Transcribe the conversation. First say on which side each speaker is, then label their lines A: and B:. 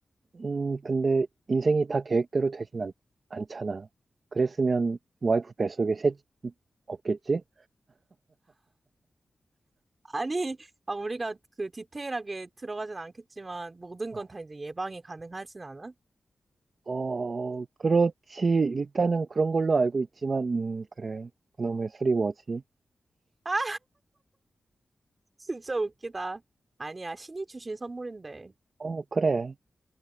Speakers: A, on the right (about 60°); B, on the right (about 40°).
A: 음, 근데 인생이 다 계획대로 되진 않, 않잖아. 그랬으면 와이프 뱃속에 새, 없겠지?
B: 아니, 아, 우리가 그 디테일하게 들어가진 않겠지만, 모든
A: 어,
B: 건 다 이제 예방이 가능하진 않아?
A: 어, 그렇지. 일단은 그런 걸로 알고 있지만, 음, 그래. 그놈의 술이 뭐지?
B: 아, <laughs> 진짜 웃기다. 아니야, 신이 주신 선물인데.
A: 어, 그래.